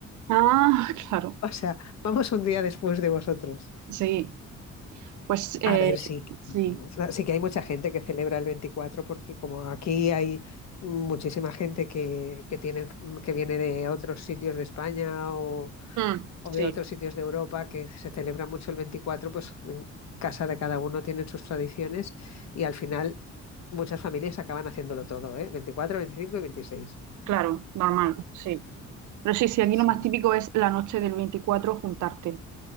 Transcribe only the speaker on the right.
ah, <laughs> claro.
Sí. Pues eh,
sí,
Mm,
sí,
claro, normal, sí. Pero sí, sí, aquí
lo más típico es la noche del 24 juntarte.